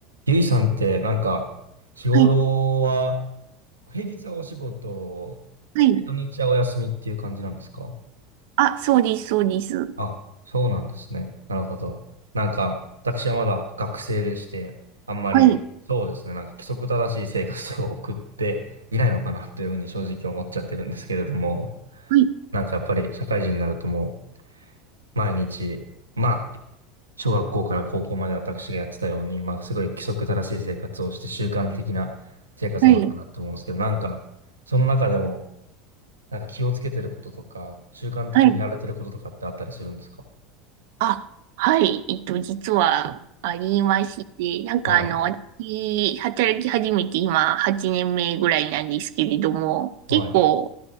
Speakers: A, on the right (about 80°); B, on the right (about 60°).
A: ゆいさんって、なんか、日頃は、
B: はい。
A: 平日はお仕事、
B: はい。
A: で、土日はお休みっていう感じなんですか
B: あ、そうです、そうです。
A: あ、そうなんですね。なるほど。なんか、私はまだ学生でして、あんまり、
B: はい。
A: そうですね、なんか規則正しい生活を送っていないのかなというふうに正直思っちゃってるんですけれども、
B: はい。
A: なんかやっぱり社会人になるともう、毎日、まあ、小学校から高校まで私がやってたように、まあ、すごい規則正しい生活をして習慣的な生活なのかなと思うんですけど、
B: はい。
A: なんか、その中でも、なんか気をつけてることとか、習慣的にやられてることとかってあったりするんですか
B: はい。あ、はい。えっと、実はありまして、なんかあの、
A: はい、
B: 私、働き始めて今8年目ぐらいなんですけれども、
A: はい、
B: 結構、